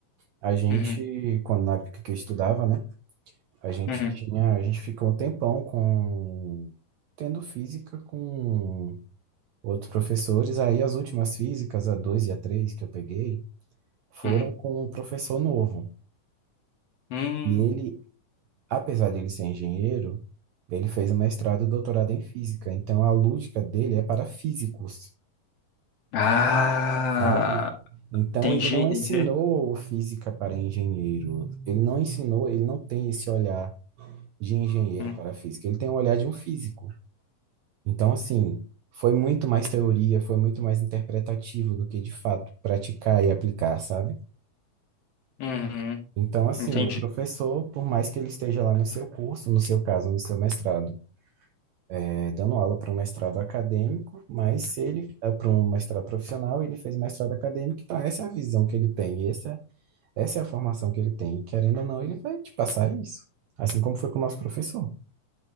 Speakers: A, on the right; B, on the left.
A: A gente,
B: Uhum,
A: quando na época que eu estudava, né? A gente
B: uhum,
A: tinha, a gente ficou um tempão com tendo física com outros professores. Aí as últimas físicas, a 2 e a 3 que eu peguei, foram
B: uhum.
A: com um professor novo.
B: Hum,
A: E ele, apesar de ele ser engenheiro, ele fez o mestrado e doutorado em física. Então a lógica dele é para físicos,
B: Ah,
A: sabe? Então
B: entendi,
A: ele não
B: entendi.
A: ensinou física para engenheiro. Ele não ensinou, ele não tem esse olhar de engenheiro
B: hum,
A: para física. Ele tem o olhar de um físico. Então, assim, foi muito mais teoria, foi muito mais interpretativo do que de fato praticar e aplicar, sabe?
B: uhum.
A: Então, assim,
B: Entendi.
A: o professor, por mais que ele esteja lá no seu curso, no seu caso, no seu mestrado, é, dando aula para um mestrado acadêmico, mas se ele é para um mestrado profissional, ele fez mestrado acadêmico, então essa é a visão que ele tem, essa, essa é a formação que ele tem. Querendo ou não, ele vai te passar isso. Assim como foi com o nosso professor.